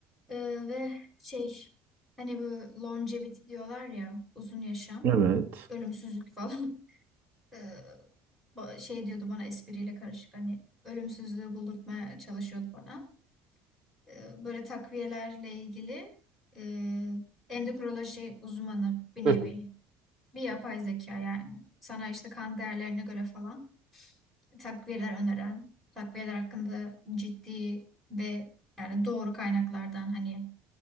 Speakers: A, in the centre; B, on the right (about 55°).
A: Ee, ve şey hani bu longevity diyorlar ya uzun yaşam,
B: Evet.
A: ölümsüzlük falan. <laughs> Ee, ba- şey diyordu bana espriyle karışık hani ölümsüzlüğü buldurtmaya çalışıyordu bana. Ee, böyle takviyelerle ilgili e, endokrinoloji uzmanı bir nevi
B: Hı hı.
A: bir yapay zeka yani. Sana işte kan değerlerine göre falan takviyeler öneren, takviyeler hakkında ciddi ve yani doğru kaynaklardan hani